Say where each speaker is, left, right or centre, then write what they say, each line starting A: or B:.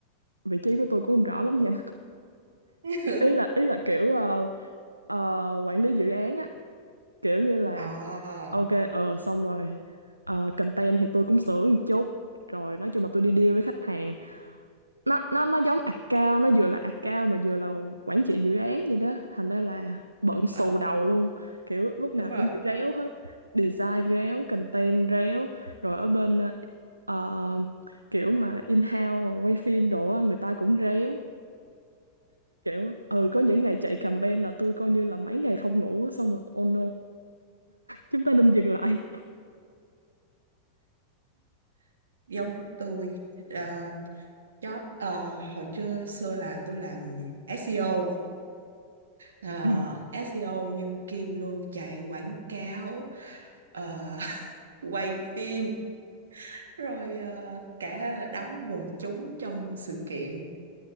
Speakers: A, on the right; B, on the right.
A: vị trí của tôi cũng không rõ lắm nha
B: <laughs>
A: <laughs> ý là ý là kiểu ờ, ờ, quản lý dự án á kiểu như là
B: ờ
A: ok ờ xong rồi ờ, content thì tôi cũng sửa một chút rồi nói chung là tôi đi deal với khách hàng nó nó nó giống account nó vừa là account mà vừa là quản trị dự án vậy đó thành ra là bận xù
B: ờ
A: đầu luôn kiểu lúc nào
B: đúng rồi
A: cũng bị réo hết design réo content réo rồi ở bên ờ, kiểu mà in-house mà quay phim đồ á, người ta cũng réo kiểu ừ có những ngày chạy campaign là tôi coi như là mấy ngày không ngủ á, xong rồi oh no chúng ta nên dừng lại
B: giống tôi à, job à, hồi trưa xưa là tôi làm SEO à,
A: ừ
B: SEO nhưng Kim luôn chạy quảng cáo à, <laughs> quay phim rồi à, cả đóng quần chúng trong sự kiện